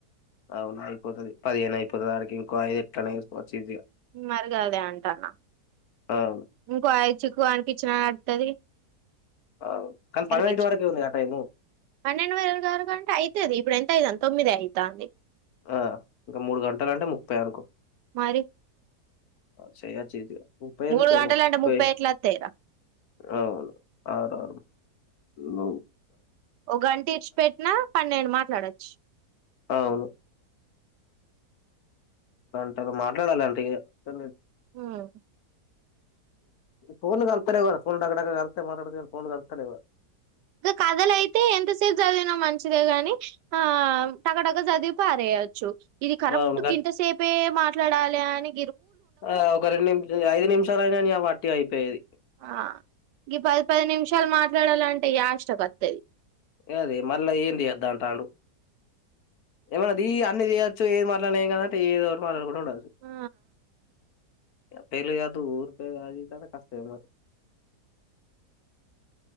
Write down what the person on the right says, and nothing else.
మరి కాదే అంటాన్నా
ఇంకోయి చిుకువనికి ఇచ్చిన నడుతుది
ఎకి
పన్నెండు వేలలు గారు కంటే అయితుది ఇప్పుడు ఎంత అయిది అంత తొమ్మిది అయితాంది
మరి
మూడు గంటలు
అంటే ఎట్లా వత్తాయిరా
ఒక గంట ఇడ్చిపెట్టినా పన్నెండు మాట్లాడొచ్చు
ఉమ్
ఇంకా కథలయితే ఎంతసేపు చదివినా మంచిదే గాని ఆ టకటక చదివిపోరేయొచ్చు ఇది కరెక్ట్
కింతసేపే మా లడాలని
ఆ గీ పది పది నిమిషాలు మాట్లాడాలంటే యాష్ట కొత్తది.
ఆ